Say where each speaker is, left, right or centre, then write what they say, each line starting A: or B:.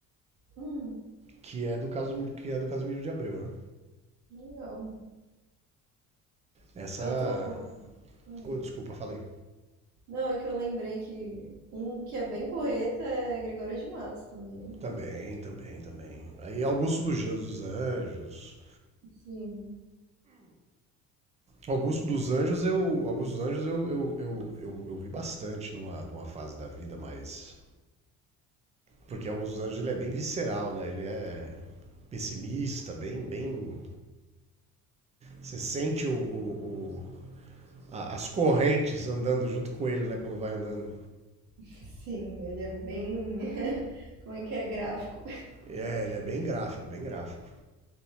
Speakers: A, on the right; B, on the right.
A: Hum,
B: que é do Casimiro, que é do Casimiro de Abreu, né?
A: legal.
B: Essa.
A: Eu tô. hum,
B: Oh, desculpa, falei.
A: Não, é que eu lembrei que um que é bem porreta é Gregório de Matos também, né?
B: Também, também, também. Aí Augusto dos, dos Anjos.
A: Sim,
B: Augusto dos Anjos eu. Augusto dos Anjos eu, eu, eu, eu, eu vi bastante numa, numa fase da vida mais Porque Alguns Anjos ele é bem visceral, né? Ele é pessimista, bem, bem. Você sente o, o- o- a- as correntes andando junto com ele, né? Quando vai andando.
A: <laughs> sim, ele é bem. <laughs> Como é que é? Gráfico.
B: É, ele é bem gráfico, bem gráfico.